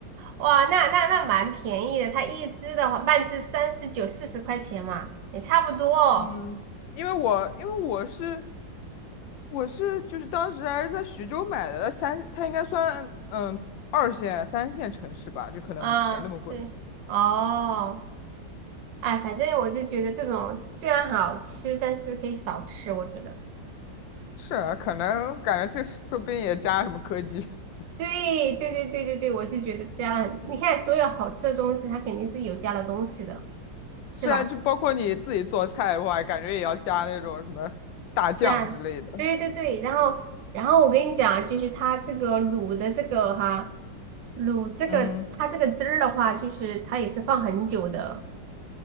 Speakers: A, on the right; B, on the left.
A: 哇，那那那蛮便宜的，它一只的话，半只三十九、四十块钱嘛，也差不多。
B: 嗯，因为我因为我是我是就是当时还是在徐州买的，三它应该算嗯二线三线城市吧，就可能没那么贵。
A: 嗯，对，哦。哎，反正我就觉得这种虽然好吃，但是可以少吃。我觉得，
B: 是啊，可能感觉这说不定也加什么科技。<laughs>
A: 对对对对对对，我就觉得加了很你看所有好吃的东西，它肯定是有加了东西的，
B: 是啊，
A: 是吧？
B: 就包括你自己做菜的话，感觉也要加那种什么大酱之类的。
A: 这对对对。然后，然后我跟你讲啊，就是它这个卤的这个哈，卤这个它这个汁儿的话，
B: 嗯，
A: 就是它也是放很久的，